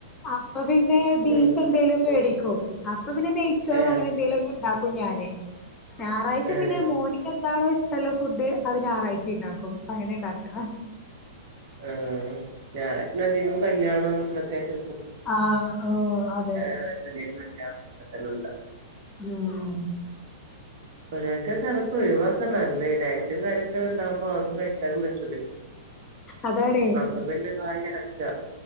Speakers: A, on the left (about 25°); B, on the right (about 50°).
A: അപ്പൊ പിന്നെ ബീഫ്
B: ഉം
A: എന്തേലും മേടിക്കും. അപ്പൊ പിന്നെ നെയ്‌ച്ചോറോ
B: ഏഹ്
A: അങ്ങനെന്തെകിലൊക്കെ ഇണ്ടാക്കും ഞാന്. ഞാറാഴ്ച
B: ഏഹ്
A: പിന്നെ മോന്ക് എന്താണോ ഇഷ് ള്ളാ ഫുഡ് അത് ഞായറാഴ്ച്ചിം ഇണ്ടാക്കും അങ്ങനെ ഇണ്ടാക്ക.
B: ആഹ് ഞാറാഴ്ചന്നെ അധികം കല്യണതൊക്കെയായിട്ട്
A: ആഹ് ഹ് അതെ
B: <inaudible> <unintelligible>
A: ഉം
B: ഒരു വട്ടം നമുക്ക് ഒഴിവാക്കാ നല്ലേ ഡയറ്റും കാര്യങ്ങ കുട്ട്യൾ ണ്ടാവുമ്പോ അതൊന്നും കഴിക്കാനും പറ്റൂലേ.
A: അതാണേ
B: അപ്പോ പിന്നെ വായിങ്ങനെ അട്ച്ച